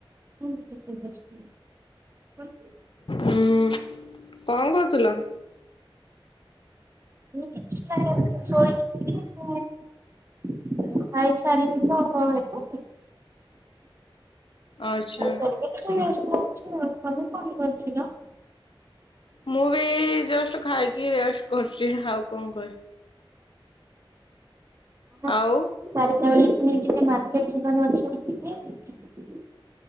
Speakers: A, on the right; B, on the left.
A: ଓଃ ତା ସ୍କୁଲ୍ ବା ଛୁଟି କରି
B: ହୁଁ କଣ କରଥୁଲ?
A: ଇଏ କିଛି ନାଇଁ ଆମେ ଶୋଇଛୁ ଟିକେ। ଖାଇ ସାରିଲେ ତ <unintelligible>
B: ଆଚ୍ଛା।
A: ଖାଇ ସାରିକି ଟିକେ <inaudible> ଅଛି ଆଉ ତମେ କଣ କରୁଥିଲ?
B: ମୁଁ ବି ଜଷ୍ଟ ଖାଇକି ରେଷ୍ଟ କରୁଛି ଆଉ କଣ କହି
A: ହଁ
B: ଆଉ
A: ଚାରିଟା ବେଳେ। ନେଇଯିବେ ମାର୍କେଟ ଯିବାରେ ଅଛି ଆଜି ଟିକେ।